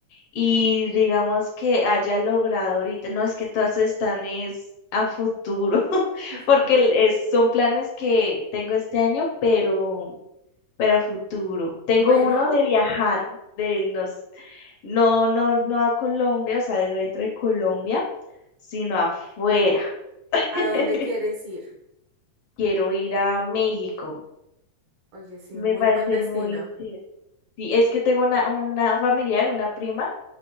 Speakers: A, on the left; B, on the right.
A: y digamos que haya logrado ahorita, no es que todas están es a futuro, <laughs>
B: <laughs>
A: porque el- es- son planes que tengo este año, pero, pero a futuro. Tengo
B: Bueno,
A: uno de viajar, de nos, no, no, no a Colombia, o sea, de dentro de Colombia, sino afuera. <laughs>
B: ¿a dónde quieres ir?
A: Quiero ir a México.
B: Oye, sí,
A: Me
B: muy
A: parece
B: buen destino.
A: muy chévere. Sí, es que tengo una, una familiar, una prima